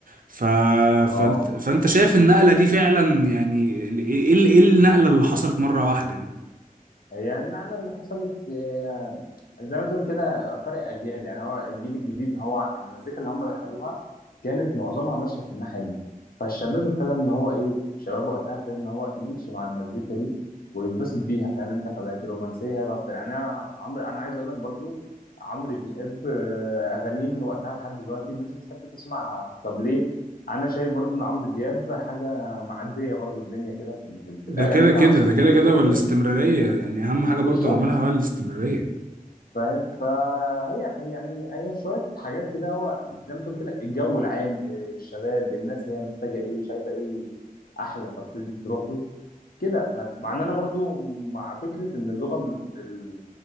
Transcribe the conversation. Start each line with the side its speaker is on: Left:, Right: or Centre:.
Right: ف... فانت
Left: اه
Right: فانت شايف النقلة دي فعلا يعني ايه ايه إيه النقلة اللي حصلت مرة واحدة دي
Left: هي النقلة اللي حصلت آه، زي ما تقول كده فرق أجيال يعني هو الجيل الجديد هو المزيكا اللي هم دخلوها كانت معظمها ماشية في الناحية دي فالشباب ابتدى إن هو إيه الشباب وقتها ابتدى إن هو يمشي مع المزيكا دي ويتبسط بيها فاهم أنت فبقت الرومانسية هي الأكتر يعني أنا عمرو أنا عايز أقول لك برضو عمرو دياب آه، أغانيه من وقتها لحد دلوقتي الناس بتحب تسمعها طب ليه؟ أنا شايف برضو إن عمرو دياب حاجة معدية برضو الدنيا كده في في, في
Right: ده
Left: الأغاني
Right: كده
Left: بتاعته
Right: كده ده
Left: وصوته
Right: كده كده
Left: وكده
Right: والاستمرارية يعني أهم حاجة
Left: بالظبط
Right: برضو عملها هو الاستمرارية
Left: فاهم فهي هي يعني هي شويه حاجات كده هو زي ما تقول كده الجو العام إيه، الشباب الناس هي محتاجه ايه شايفه ايه احلى فابتدت تروح له كده ف- مع ان انا برضو مع فكره ان اللغه بال-